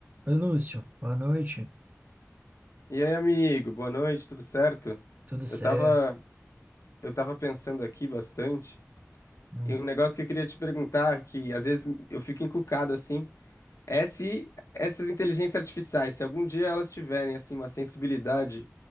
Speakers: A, on the right (about 30°); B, on the left (about 70°).
A: Oi, Lúcio. Boa noite.
B: E aí, amigo, boa noite, tudo certo?
A: Tudo certo?
B: Eu tava, eu tava pensando aqui bastante,
A: Hum,
B: e um negócio que eu queria te perguntar, que às vezes eu fico encucado assim, é se essas inteligências artificiais, se algum dia elas tiverem assim uma sensibilidade